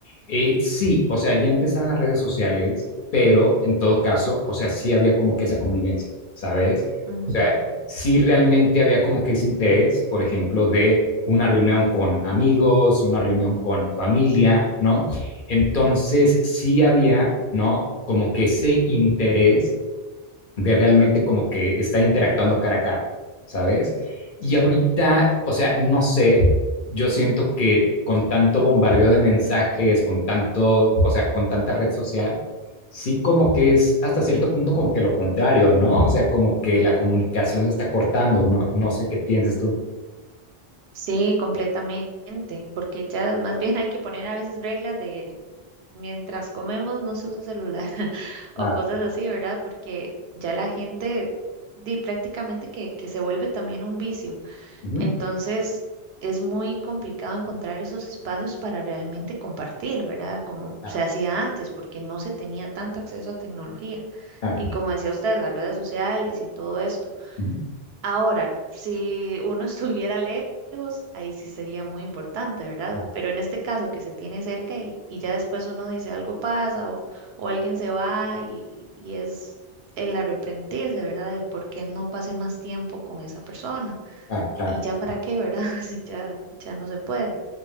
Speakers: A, on the left; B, on the right.
A: Eh, sí, o sea, ya empezaban las redes sociales, pero en todo caso, o sea, sí había como que esa convivencia, ¿sabes?
B: ujú,
A: O sea, sí realmente había como que ese interés, por ejemplo, de una reunión con amigos, una reunión con familia, ¿no? Entonces, sí había, ¿no? Como que ese interés de realmente como que estar interactuando cara a cara, ¿sabes? Y
B: Sí,
A: ahorita, o sea, no sé, yo siento que con tanto bombardeo de mensajes, con tanto, o sea, con tanta red social, sí como que es hasta cierto punto como que lo contrario, ¿no? O sea, como que la comunicación se está cortando, ¿no? No sé qué pienses tú.
B: sí, completamente, porque ya más bien hay que poner a veces reglas de mientras comemos no se usa celular <laughs> o
A: Claro,
B: cosas así, ¿verdad? Porque ya la gente di prácticamente que, que se vuelve también un vicio.
A: ujú,
B: Entonces, es muy complicado encontrar esos espacios para realmente compartir, ¿verdad? Como
A: claro,
B: se hacía antes, porque no se tenía tanto acceso a tecnología.
A: claro,
B: Y como decía usted, las redes sociales y todo esto.
A: ujú,
B: Ahora, si uno <laughs> estuviera lejos, ahí sí sería muy importante, ¿verdad?
A: claro,
B: Pero en este caso que se tiene cerca y, y ya después uno dice algo pasa o, o alguien se va y, y es el arrepentirse, ¿verdad? De por qué no pasé más tiempo con esa persona
A: claro, claro,
B: y
A: claro,
B: ya para qué, ¿verdad? <laughs> Si ya, ya no se puede.